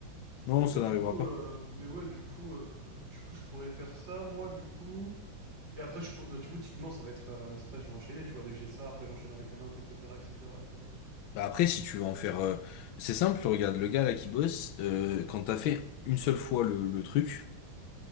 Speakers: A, on the left; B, on the right.
A: Non,
B: Mais ouais,
A: ça
B: du
A: n'arrivera
B: coup,
A: pas.
B: euh, mais ouais, du coup, euh, du coup, je pourrais faire ça, moi, du coup. Et après, je pour- du coup, typiquement, ça va être. euh, Après, je vais enchaîner, tu vois. Dès que j'ai ça, après, j'enchaîne avec un autre, etc., etc., quoi.
A: Bah après, si tu veux en faire, euh, c'est simple, regarde le gars là qui bosse, euh, quand t'as fait une seule fois le, le truc,